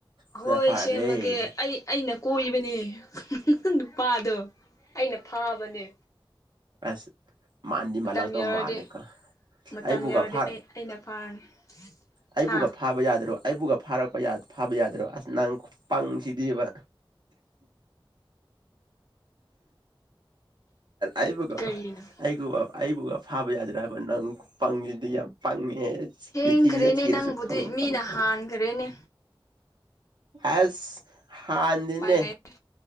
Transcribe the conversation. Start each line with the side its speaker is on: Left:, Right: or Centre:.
Right: ꯁꯤꯅ
Left: ꯍꯣꯏ
Right: ꯐꯔꯦ
Left: ꯁꯦꯝꯃꯒꯦ ꯑꯩ ꯑꯩꯅ ꯀꯣꯏꯕꯅꯦ ꯅꯨꯄꯥꯗꯣ ꯑꯩꯅ ꯐꯥꯕꯅꯦ
Right: ꯑꯁ ꯃꯥꯟꯗꯤ
Left: ꯃꯇꯝ
Right: ꯃꯥꯜꯂꯛꯇꯧ
Left: ꯌꯧꯔꯗꯤ
Right: ꯃꯥꯜꯂꯦꯀꯣ
Left: ꯃꯇꯝ
Right: ꯑꯩꯕꯨꯒ
Left: ꯌꯧꯔꯗꯤ
Right: ꯐꯥ
Left: ꯑꯩ ꯑꯩꯅ ꯐꯥꯔꯅꯤ
Right: ꯑꯩꯕꯨꯒ
Left: ꯍꯥ
Right: ꯐꯥꯕ ꯌꯥꯗ꯭ꯔꯣ ꯑꯩꯕꯨꯒ ꯐꯥꯔꯛꯄ ꯐꯥꯕ ꯌꯥꯗ꯭ꯔꯣ ꯑꯁ ꯅꯪ ꯄꯪꯁꯤꯗꯤꯕ
Left: ꯑ
Right: ꯑꯕꯒꯣ
Left: ꯀꯔꯤꯅꯣ
Right: ꯑꯀꯨ ꯕꯥ ꯑꯩꯕꯨꯒ ꯐꯥꯕ ꯌꯥꯗ꯭ꯔꯥ ꯍꯥꯏꯕ ꯅꯪ ꯄꯪꯁꯤꯗꯤ ꯌꯥꯝ ꯄꯪꯉꯤ ꯑꯦ
Left: ꯊꯦꯡꯈ꯭ꯔꯦꯅꯦ
Right: ꯄ꯭ꯊꯤꯕꯤꯗ ꯊꯔꯁ
Left: ꯅꯪꯕꯨꯗꯤ
Right: ꯐꯪ
Left: ꯃꯤꯅ
Right: ꯐꯪ ꯐꯪ
Left: ꯍꯥꯟꯈ꯭ꯔꯦꯅꯦ
Right: ꯑꯦꯁ ꯍꯥꯟꯗꯅꯦ
Left: ꯎꯄꯥꯏ ꯂꯩꯇ꯭ꯔꯦ